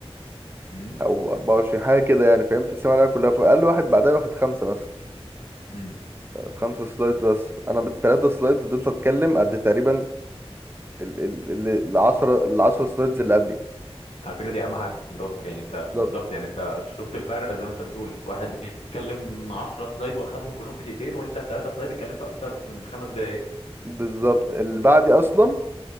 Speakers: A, on the left (about 75°); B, on the right (about 20°).
A: امم
B: او 24 حاجه كده يعني فاهم تقسيم عليها كلها فقال لي واحد بعدها واخد خمسه مثلا
A: امم
B: خمسه سلايد بس انا بالثلاثه سلايدز فضلت اتكلم قد تقريبا ال ال ال 10 ال 10 سلايدز اللي قبلي
A: على فكره دي اهم حاجه برافو يعني انت بالظبط
B: بالظبط
A: يعني انت شفت الفرق زي ما انت بتقول واحد بيتكلم 10 سلايد واخدهم كلهم في دقيقتين وانت في 3 سلايد اتكلمت اكتر من خمس دقائق
B: بالظبط اللي بعدي اصلا